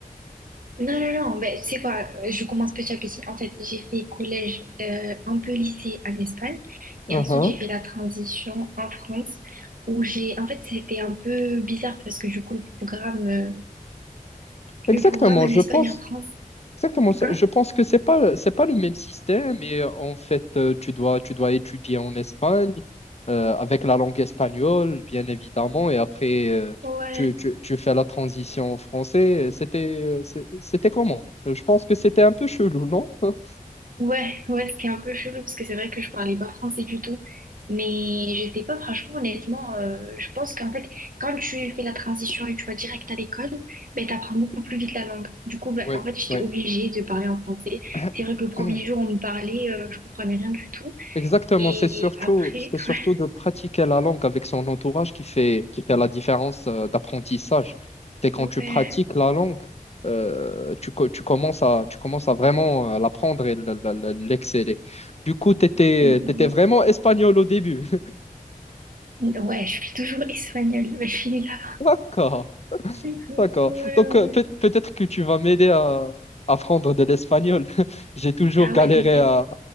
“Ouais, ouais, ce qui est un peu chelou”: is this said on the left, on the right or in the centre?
Right